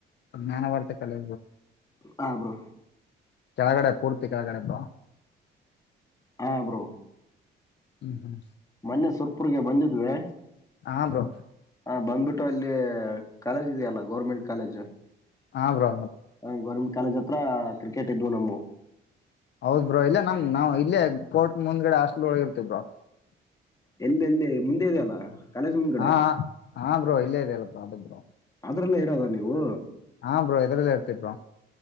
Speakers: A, on the left; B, on the left.
A: ಜ್ಞಾನ ಮಾಡರ್ತಕ್ಕಲ್ಲ
B: ಹ ಬ್ರೋ
A: ಕೆಳಗಡೆ ಪೂರ್ತಿ ಕೆಳಗಡೆ ಬ್ರೋ
B: ಹಾ ಬ್ರೋ
A: ಹ್ಮ್ ಹ್ಮ
B: ಮೊನ್ನೆ ಸುಪ್ರರಿಗ್ಗೆ ಬಂದಿದ್ವೆ
A: ಹಾ ಬ್ರೋ
B: ಹಾ ಬಂದ್ಬಿಟ್ಟು ಅಲ್ಲಿ ಕಾಲೇಜ್ ಇದೆಯಲ್ಲ ಗೌರ್ಮೆಂಟ್ ಕಾಲೇಜು
A: ಹಾ ಬ್ರೋ
B: ಹ ಗರ್ <inaudible> ಕಾಲ್ ಹತ್ರ ಕ್ರಿಕೆಟ್ ಇದವು ನಮ್ಮ
A: ಹೌದ್ ಬ್ರೋ ಇಲ್ಲ ನಮ್ ನಾ ನಾ ಇಲ್ಲೇ ಕೋರ್ಟ್ ಮುಂದ್ಗಡೆ ಹಾಸ್ಟೆಲ್ ಒಳಗೆ ಇರ್ತೀವಿ ಬ್ರೋ
B: ಎಲ್ಲ ಎಲ್ಲಿ ಮುಂದೆ ಇದೆಯಲ್ಲ ಕಾಲೇಜ್ ಮುಂದ್ಗಡೆ
A: ಹಾ ಹಾ ಬ್ರೋ ಇಲ್ಲೇ ಈದಿಯಲ್ಲ ಅದೇ ಬ್ರೋ
B: ಅದ್ರೆಲ್ಲ ಇರೋದ ನೀವು
A: ಹಾ ಬ್ರೋ ಇದ್ರಲ್ಲ ಇರ್ತೀ ಬ್ರೋ